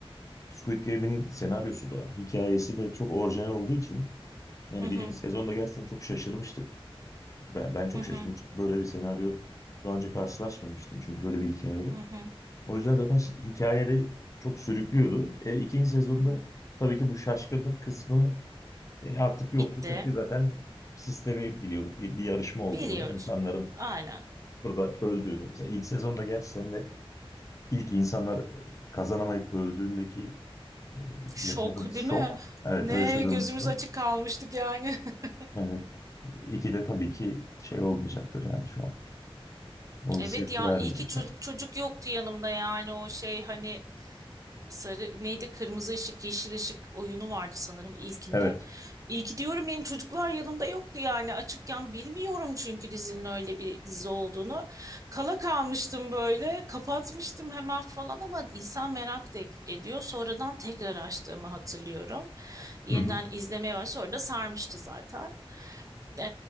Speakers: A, on the left; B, on the right.
A: Squid Game'in senaryosu da, hikayesi de çok orijinal olduğu için yani
B: Hı
A: birinci
B: hı,
A: sezonda gerçekten çok şaşırmıştık. Ben, ben çok
B: hı hı,
A: şaşırmıştım. Böyle bir senaryo daha önce karşılaşmamıştım çünkü böyle bir hikaye.
B: hı hı,
A: O yüzden zaten şi- hikayeleri çok sürüklüyordu. E, ikinci sezonda
B: hı hı.
A: tabii ki bu şaşkınlık kısmı e, artık yoktu.
B: Bitti.
A: Çünkü zaten sistemi biliyorduk. Bir, bir yarışma olduğunu,
B: Biliyoruz.
A: insanların
B: Aynen.
A: burada öldüğünü. Mesela ilk sezonda gerçi sen de ilk insanlar e, kazanamayıp öldüğündeki e,
B: Şok
A: yaşadığımız
B: değil
A: şok.
B: mi?
A: Evet,
B: Ne
A: o yaşadığımız
B: gözümüz
A: şok.
B: açık kalmıştık yani. <laughs>
A: Yani iki de tabii ki şey olmayacaktır yani şu an. O hissiyatı
B: Evet ya
A: vermeyecek.
B: iyi ki çocuk çocuk yoktu yanımda yani o şey hani sarı neydi kırmızı ışık yeşil ışık oyunu vardı sanırım ilkinde.
A: Evet.
B: İyi ki diyorum benim çocuklar yanımda yoktu yani açıkken bilmiyorum çünkü dizinin öyle bir dizi olduğunu. Kala kalmıştım böyle kapatmıştım hemen falan ama insan merak da ediyor. Sonradan tekrar açtığımı hatırlıyorum. Yeniden
A: Hı hı.
B: izlemeye var sonra da sarmıştı zaten. Ee,